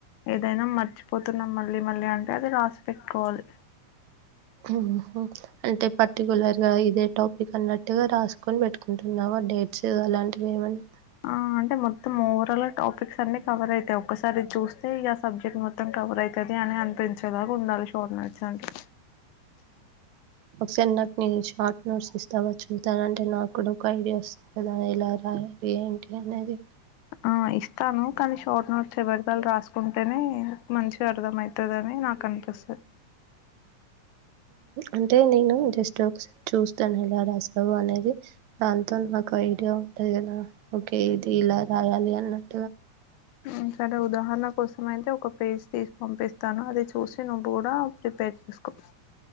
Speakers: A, on the left; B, on the right.
A: ఏదైనా మర్చిపోతున్నాం మళ్ళీ మళ్ళీ అంటే అది రాసి పెట్టుకోవాలి
B: ఓహో అంటే పర్టికులర్ గా ఇదే టాపిక్ అన్నట్టుగా రాసుకొని పెట్టుకుంటున్నావ డేట్స్ అలాంటివి ఏమన్నా
A: ఆ అంటే మొత్తం ఓవరాల్ టాపిక్స్ అన్ని కవర్ అయితాయి ఒసారి చూస్తే ఇక సబ్జెక్ట్ మొత్తం కవర్ అయితాది అని అనిపించేలాగా ఉండాలి షార్ట్ నోట్స్ అంటే
B: ఒకసారి నాకు మీ షార్ట్ నోట్స్ ఇస్తావా చు ఇత్తాను అంటే నాకుడ ఒక ఐడియా వస్తుంది కదా ఎలా రాయాలి ఏంటి అనేది
A: ఆ ఇస్తాను కానీ షార్ట్ నోట్స్ ఎవరిది వాళ్లు రాసుకుంటేనే మంచిగా అర్దం అయితుందని నాకు అనిపిస్తది
B: అంటే నేను జస్ట్ ఒక చూస్తాను ఎలా రాసావు అనేది దాంతో నాకు ఐడియా ఉంటది కదా ఓకే ఇది ఇలా రాయాలి అన్న <inaudible>
A: ఉ సరే ఉదాహరణ కోసం అయితే ఒక పేస్ తీసి పంపిస్తాను అది చూసి నువ్వు కూడా ప్రిపేర్ చేసుకో